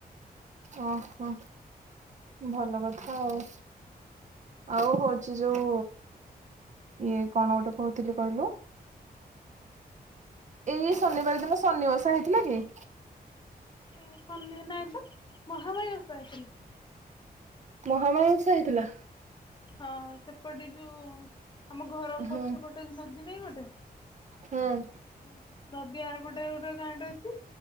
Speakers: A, on the right (about 50°); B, on the left (about 30°).
A: ଓହୋ ଭଲ କଥା ଆଉ। ଆଉ ହଉଚି ଯୋଉ ଇଏ କଣ ଗୋଟେ କହୁଥିଲି କହିଲ? ଏଇ ଶନିବାର ଦିନ ଶନି ଓଷା ହେଇଥିଲା କି?
B: ଏ ଶନି ନାଇଁ ତ ମହାମାୟି ଓସା ହେଇଥିଲା।
A: ମହାମାୟୀ ଓଷା ହେଇଥିଲା।
B: ହଁ ସେପଟେ ଯୋଉ ଆମ ଘର
A: ହଁ
B: ପଛପଟେ ନଦୀ ନାଇଁ ଗୋଟେ?
A: ହଁ।
B: ନଦ ନଦୀଆର ପଟେ ଗୋଟେ ଗାଁ ଅଛି